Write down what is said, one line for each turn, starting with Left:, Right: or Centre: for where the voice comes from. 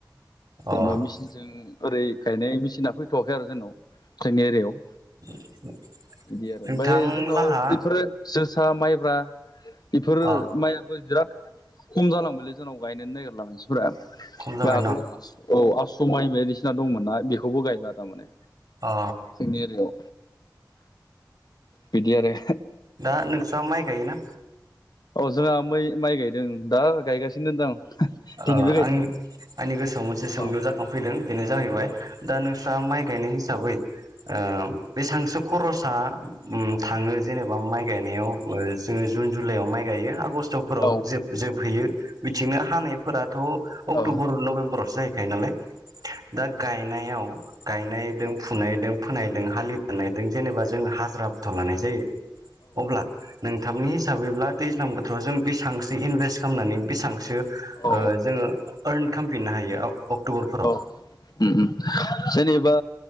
Right: औ
Left: जेनेबा
Right: अ
Left: मेचिनजों ओरै गायनाय मेसिना फैथ'वाखै आरो जोंनाव जोंनि एरियायाव।
Right: <inaudible>
Left: बिदि आरो ओमफ्राय
Right: नोंथां
Left: जोंनाव
Right: लाहा
Left: बेफोरो जोसा, माइब्रा बेफोर
Right: अ
Left: माइआबो बिराद खम जालांबायलै जोंनाव गायनोनो नागिरला मानसि फोरा।
Right: खम जाबाय
Left: आगोलाव
Right: न'
Left: औ आसु माइ बायदिसिना दंमोन ना बेखौबो गायला तारमाने।
Right: अ
Left: जोंनि एरियायाव। बिदि आरो।
Right: दा नोंस्रा माइ गायोना?
Left: औ जोंहा मै माइ गायदों दा गायगासिनो दं। दिनैबो
Right: ओ
Left: गायदोंमोन
Right: आं आंनि गोसोआव मोनसे सोंलु
Left: औ
Right: जाखांफैदों बेनो जाहैबाय
Left: औ
Right: दा नोंस्रा माइ बेनि हिसाबै ओ बेसांसो खरस सा थाङो जेनेबा माइ गायनायाव, जोङो जुन जुलाइआव माइ गायो आगष्ट टफोराव
Left: औ
Right: जोब-जोबहैयो। बिथिंनो हानाय फोराथ' अक्ट'बर,
Left: औ
Right: नभेम्बरावसो जाहैखायो नालाय। दा गायनायाव गायनायदों फुनायदों फोनायदों हालि दाननायदों जेनेबा जों हाजिराबोथ' लानाय जायो। अब्ला नोंथांनि हि साबैब्ला दैज्लां बोथोराव जों बेसेबांसो इनभेस्ट खालामनानै बेसेबांसो
Left: औ
Right: ओ जोङो आरन खालामफिननो हायो? अक्ट'बरफोराव
Left: औ उम उम। जेनेबा